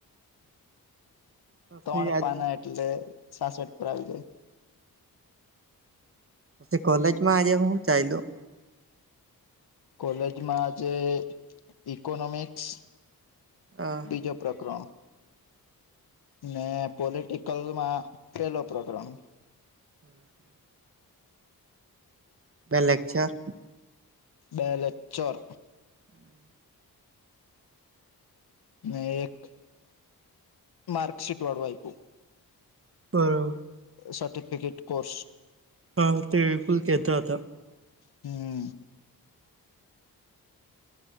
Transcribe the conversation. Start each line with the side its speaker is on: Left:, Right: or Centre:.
Right: પછી
Left: ત્રણ
Right: આજ
Left: પાના એટલે સાસઠ પર આવી જાય
Right: તે કોલેજમાં આજે હું ચાઈલુ
Left: કોલેજમાં જે ઈકોનોમિક્સ
Right: અ
Left: બીજો પ્રકરણ ને પોલિટિકલ માં પેલો પ્રકરણ
Right: હમ બે લેકચર
Left: બે લેક્ચર
Right: હમ
Left: ને એક માર્કશીટ વાળું આઇપૂ
Right: બરોબ
Left: સર્ટિફિકેટ કોર્સ
Right: હા તે વિપુલ કહેતા હતા
Left: હમ